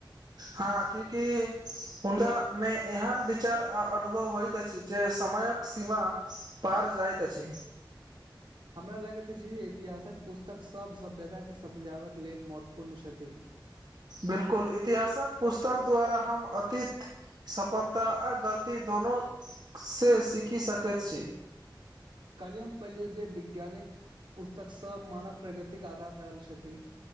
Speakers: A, on the right; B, on the right.
A: हँ क्यूकि हुनका मे एहन विचार आ अनुभव होइत अछि जे समयक सीमा पार जाइततस
B: हमरा लगैत अछि जे इतिहासक पुस्तक सभ सभ्यता के समझाबय लेल महत्वपूर्ण छथि
A: बिलकुल इतिहासक पुस्तक द्वारा हम अतीत सफलता आ गलती दुनू से सीखि सकैत छी
B: कलियम पढिलियो जे वैज्ञानिक पुस्तक सब मानव प्रगतिक के आधार रहल छथि